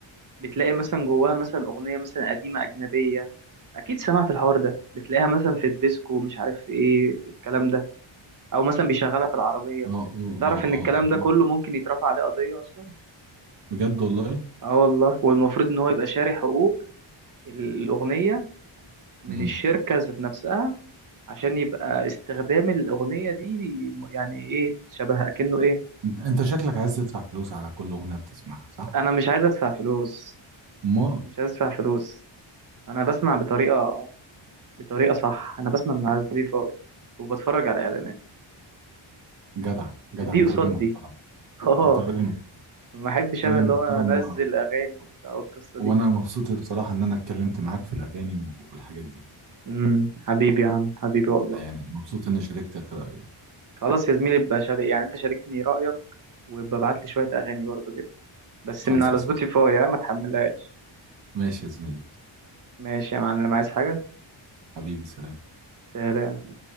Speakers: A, on the right (about 40°); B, on the right (about 60°).
A: بتلاقي مثلا جواها مثلا أغنية مثلا قديمة أجنبية أكيد سمعت الحوار ده بتلاقيها مثلا في الديسكو مش عارف في إيه في الكلام ده أو مثلا بيشغلها في العربية
B: اه اه
A: أنت تعرف
B: اه
A: إن الكلام
B: اه اكيد
A: ده كله ممكن يترفع عليه قضية أصلا
B: بجد والله
A: أه والله والمفروض إن هو يبقى شاري حقوق الأغنية من
B: امم
A: الشركة ذات نفسها عشان يبقى استخدام الأغنية دي يعني إيه شبه أكنه إيه
B: انت انت شكلك عايز تدفع فلوس على كل اغنيه بتسمعها صح
A: أنا مش عايز أدفع فلوس
B: امال
A: مش عايز أدفع فلوس أنا بسمع بطريقة بطريقة صح أنا بسمع من على سبوتيفاي وبتفرج على إعلانات
B: جدع جدع
A: دي
B: انت
A: قصاد
B: راجل محترم
A: دي <laughs> آه
B: انت راجل محترم
A: ما أحبش
B: انت
A: أنا
B: راجل
A: اللي
B: محترم
A: هو أنزل
B: و...
A: أغاني وبتاع والقصة دي
B: وانا مبسوط بصراحه ان انا اتكلمت معاك في الاغاني والحاجات دي
A: امم حبيبي يا عم حبيبي والله
B: يعني مبسوط اني شاركتك رايي
A: خلاص يا زميلي بقى شارك يعني أنت شاركني رأيك وببعت لي شوية أغاني برضو كده بس
B: خالصه
A: من على
B: صح
A: سبوتيفاي ها، ما تحملهاش
B: ماشي يا زميلي
A: ماشي يا معلم عايز حاجة
B: حبيبي سلام
A: سلام